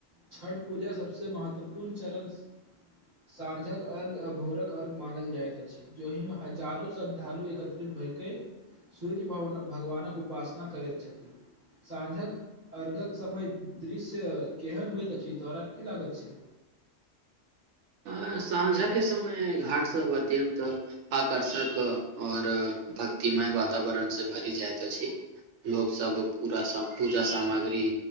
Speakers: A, on the right; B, on the right.
A: छठ पूजा सबस महत्वपूर्ण चरण साँझक अर्घ्य आ भोरक अर्घ्य मानल जाइत अछि जहिमे हजारो श्रद्धालु एकत्रित भए केऽ सूर्य भवन भगवानक उपासना करैत छथि। साँझक अर्घ्यक समय दृश्य केहन होइत अछि, तोहरा के की लागत छै?
B: अ साँझ के समय घाटसभ अत्यन्त आकर्षक आओर भक्तिमय वातावरण से भरि जाइत अछि। लोकसभ पूरा सम पूजा सामग्री,